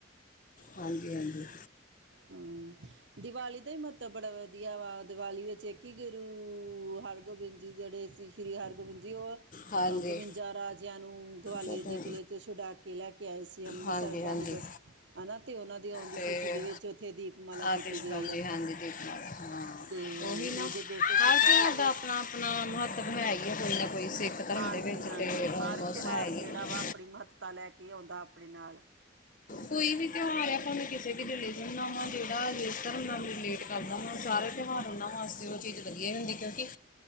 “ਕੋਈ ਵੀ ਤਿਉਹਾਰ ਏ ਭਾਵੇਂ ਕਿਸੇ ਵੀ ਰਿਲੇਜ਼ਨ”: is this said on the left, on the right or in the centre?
Left